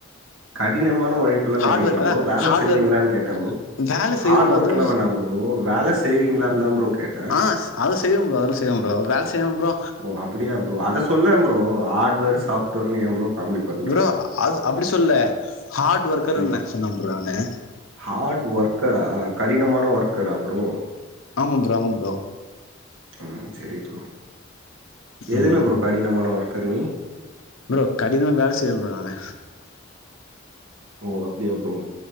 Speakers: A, on the right; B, on the left.
A: கடினமான ஒழைப்புலா நா
B: ஹார்ட்
A: கேக்ல
B: ஒர்க் அதா
A: ப்ரோ வேல
B: ஹார்ட்
A: செய்வீங்களான்
B: ஒர்க்
A: கேட்டே ப்ரோ
B: வேல
A: ஹார்ட்
B: செய்வோ
A: ஒர்க்லாம்
B: அதுவு
A: வேணாம் ப்ரோ வேல செய்விங்களாந்தான் ப்ரோ கேட்டே
B: ஆ அது செய்வே ப்ரோ அதெல்லா செய்வே ப்ரோ வேல செய்யாம அப்றோ
A: ஓ அப்டியா ப்ரோ அத சொல்லே ப்ரோ ஹார்ட்வேர் சாஃப்ட்வேர்னு ஏ ப்ரோ காமெடி பண்ற?
B: ப்ரோ அது அப்டி சொல்ல ஹார்ட் ஒர்க்கர்ன
A: ம்.
B: சொன்னே ப்ரோ நானு
A: ஹார்ட் ஒர்க்கரா கடினமான ஒர்க்கரா ப்ரோ
B: ஆமா ப்ரோ ஆமா ப்ரோ
A: ம் சேரி ப்ரோ எதுல
B: ம்
A: ப்ரோ கடினமான ஒர்க்கர் நீ
B: ப்ரோ கடினமா வேல செய்வே ப்ரோ நானு
A: ஓ அப்டியா ப்ரோ